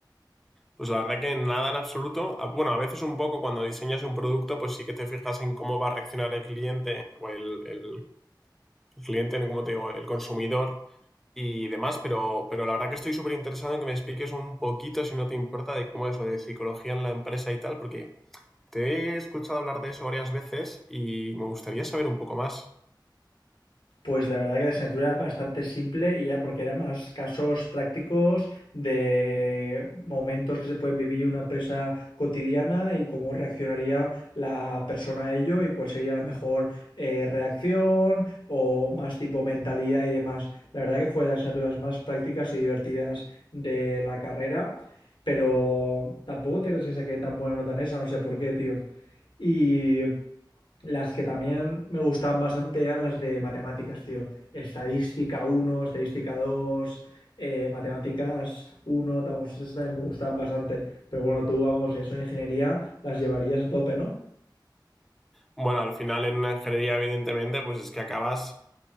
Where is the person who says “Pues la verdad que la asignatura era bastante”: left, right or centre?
Left